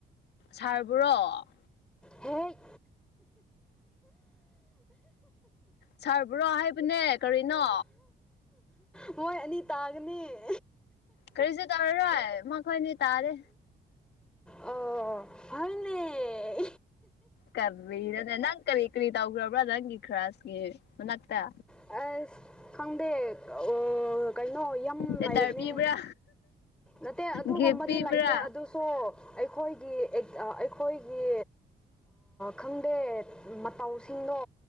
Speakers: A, on the left (about 80°); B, in the centre.
A: ꯊꯥꯕ꯭ꯔꯣ
B: ꯍꯦꯛ
A: ꯁꯥꯔꯕ꯭ꯔꯣ ꯍꯥꯏꯕꯅꯦ ꯀꯔꯤꯅꯣ
B: ꯃꯣꯏ ꯑꯅꯤ ꯇꯥꯒꯅꯤ
A: ꯀꯔꯤꯁꯨ ꯇꯧꯔꯔꯣꯏ ꯃꯈꯣꯏꯅꯤ ꯇꯥꯔꯦ
B: ꯑꯣ ꯍꯅꯦ
A: ꯀꯗꯅꯦ ꯅꯪ ꯀꯔꯤ ꯏ ꯀꯔꯤ ꯇꯥꯎꯒ꯭ꯔꯣꯕ꯭ꯔꯥ ꯅꯪ ꯏꯈ꯭ꯔꯥꯁ ꯃꯅꯥꯛꯇ
B: ꯑ ꯈꯪꯗ ꯑꯣ ꯀꯩꯅꯩꯅꯣ ꯌꯥꯝ
A: ꯂꯦꯇꯔ
B: ꯂꯩꯕꯅꯦ
A: ꯄꯤꯕ꯭ꯔꯥ
B: ꯅꯠꯇꯦ ꯑꯗꯨꯒꯨꯝꯕꯗꯤ
A: ꯒꯤꯐ ꯄꯤꯕ꯭ꯔꯥ
B: ꯂꯩꯇꯦ ꯑꯗꯨꯁꯨ ꯑꯩꯈ ꯑꯩꯈꯣꯏꯒꯤ ꯑꯩꯈꯣꯏꯒꯤ ꯈꯪꯗꯦ ꯃꯇꯧꯁꯤꯡꯗꯣ